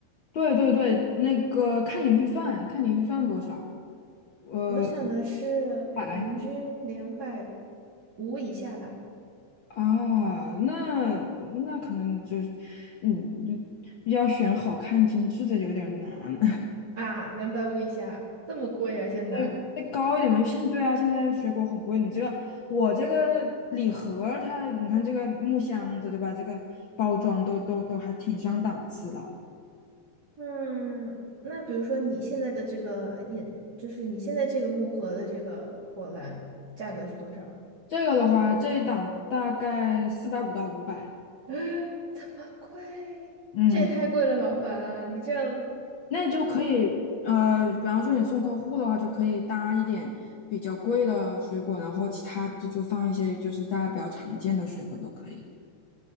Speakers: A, on the left; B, on the right.
A: 对对对，那个看你预算，看你预算多少，呃，
B: 我想的是人均两百
A: 百。
B: 五以下吧。
A: 啊，那那可能就是，嗯，要选好看精致的有点儿难，
B: 啊，两百五以下，这么贵啊，现在。
A: <laughs> 再高一点嘛。现对啊，现在水果很贵，你这个我这个礼盒儿它，你看这个木箱子对吧？这个包装都都都还挺上档次的。
B: 嗯，那比如说你现在的这个饮，就是你现在这个木盒的这个果篮，价格是多少？
A: 这个的话，这一档大概四百五到五百，
B: <gasps> 这么贵？
A: 嗯，
B: 这也太贵了，老板，你这样，
A: 那你就可以，呃，比方说你送客户的话，就可以搭一点比较贵的水果，然后其他的就放一些就是大家比较常见的水果都可以。